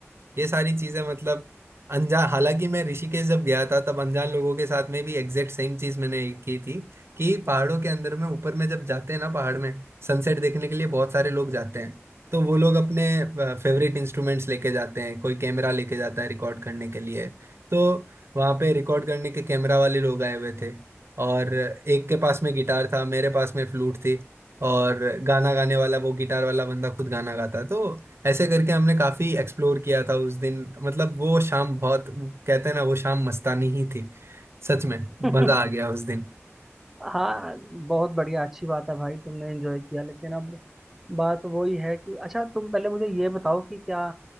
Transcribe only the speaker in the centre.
है
<laughs> हाँ बहुत बढ़िया अच्छी बात है भाई तुमने एंजॉय किया लेकिन अब बात वही है कि अच्छा तुम पहले मुझे ये बताओ कि क्या